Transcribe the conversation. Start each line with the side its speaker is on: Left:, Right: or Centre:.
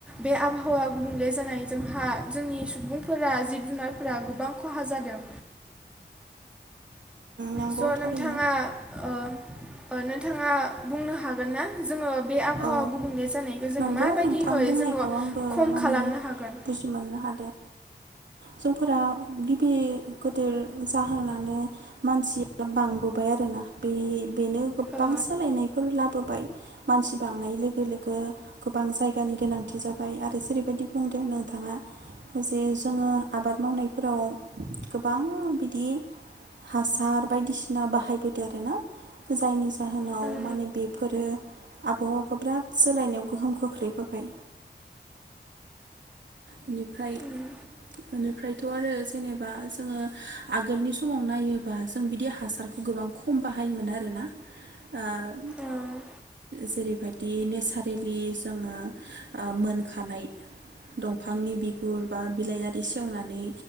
Centre: बे आबहावा गुबुंले जानाय जोंहा जोंनि सुबुंफोरा जिब जुनारफोरा गोबां खहा जादों।
Right: नंगौ
Centre: स
Right: थारैनो
Centre: नोंथाङा ओ ओ नोंथाङा बुंनो हागोन ना जोङो बे आबहावा
Right: औ
Centre: गुबुंले जानायखौ जों
Right: नंगौ
Centre: माबायदिहै
Right: नोंथां बुंनायखौ
Centre: जोङो
Right: आंबो
Centre: खम
Right: माने
Centre: खालामनो हागोन।
Right: बुजि मोननो हादों जोंफोरा गिबि गोदोर जाहोनानो मानसिया बांबोबाय आरोना बे बेनो गोबां
Centre: ओ
Right: सोलायनायफोर लाबो बोबाय मानसि बांनाय लोगो लोगो गोबां जायगानि गोनांथि जाबाय आरो जेरैबायदि बुंदो नोंथाङा जे जोङो। आबाद मावनायफोराव गोबां बिदि हासार बायदिसिना बाहायबोदों आरोना जायनि जाहोनाव
Centre: उम
Right: माने बेफोरो आबहावाखौ बिराद सोलायनायाव गोहोम खोख्लैबोबाय। बेनिफ्राय
Centre: उम
Right: बेनिफ्रायथ आरो जेनेबा जोङो आगोलनि समाव नायोबा जों बिदि हासारखौ गोबां खम बाहायोमोन आरोना ओ
Centre: औ
Right: जेरैबायदि नेचारेलि जोङो ओ मोनखानाय। दंफांनि बिगुर बा बिलाय आरि सेवनानै